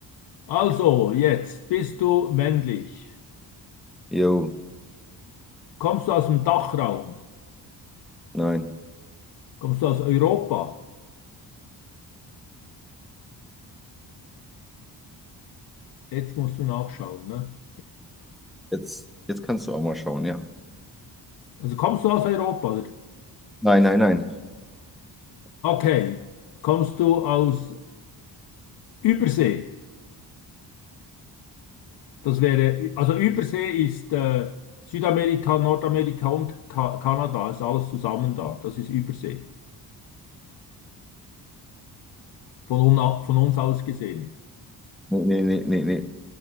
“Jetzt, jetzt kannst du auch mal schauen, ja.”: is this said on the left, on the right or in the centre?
Centre